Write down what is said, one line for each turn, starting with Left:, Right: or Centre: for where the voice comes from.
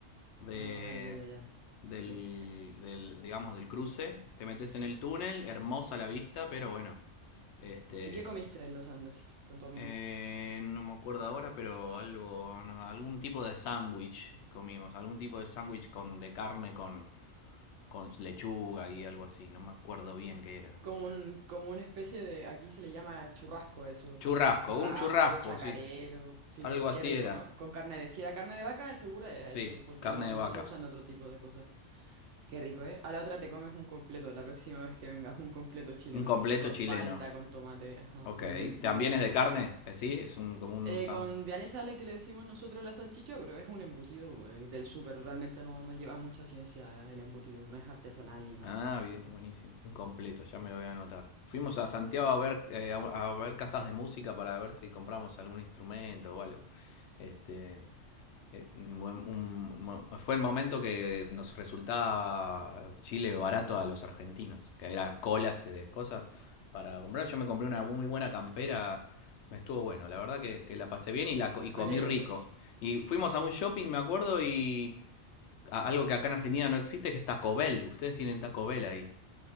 Left: de
Right: ah, ya, ya, ya.
Left: del,
Right: Sí.
Left: del, digamos del cruce. Te metes en el túnel, hermosa la vista, pero bueno. Este
Right: ¿Y qué comiste en los Andes con tu amigo?
Left: eh, no me acuerdo ahora, pero algo no, algún tipo de sándwich comimos, algún tipo de sándwich con de carne con con lechuga y algo así, no me acuerdo bien qué era.
Right: Como un, como una especie de, aquí se le llama churrasco a eso,
Left: Churrasco,
Right: como un churrasco,
Left: un churrasco,
Right: chacarero,
Left: sí.
Right: sí,
Left: Algo
Right: sí, qué
Left: así
Right: rico,
Left: era.
Right: ¿no? Con carne de, si era carne de vaca, de segura era
Left: Sí,
Right: eso, porque
Left: carne
Right: no,
Left: de vaca.
Right: no se usan otro tipo de cosas. Qué rico, ¿eh? A la otra te comes un completo, la próxima vez que vengas, un completo chileno,
Left: Un completo
Right: con
Left: chileno.
Right: palta, con tomate, ajá,
Left: Ok.
Right: que es muy, muy,
Left: ¿También
Right: muy sabroso.
Left: es de carne? Eh, ¿Sí? Es un, como un...
Right: Eh,
Left: san-
Right: con vianesa le que le decimos nosotros la salchicha, pero es un embutido, güey, del súper, realmente no, no lleva mucha ciencia el embutido, no es artesanal ni nada.
Left: Ah, bien, buenísimo. Un completo, ya me lo voy a anotar. Fuimos a Santiago a ver, eh, a, a ver casas de música para ver si compramos algún instrumento o algo. Este, Eh, un un- fue el momento que nos resultaba eh, Chile barato a los argentinos, que era colas y de cosas para comprar. Yo me compré una muy buena campera, me estuvo bueno, la verdad que, que la pasé bien y, la, co- y comí
Right: Me alegro,
Left: rico.
Right: pues.
Left: Y fuimos a un shopping, me acuerdo, y a- algo que acá en Argentina no existe, que es Taco Bell. Ustedes tienen Taco Bell ahí,